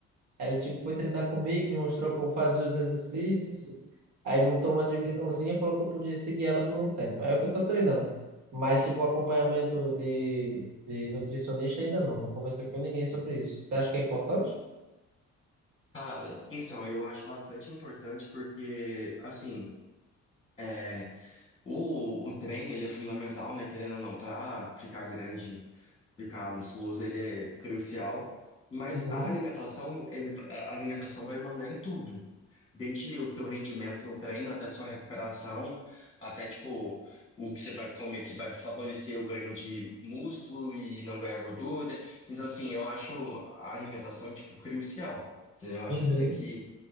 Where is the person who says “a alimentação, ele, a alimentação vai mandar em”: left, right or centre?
Left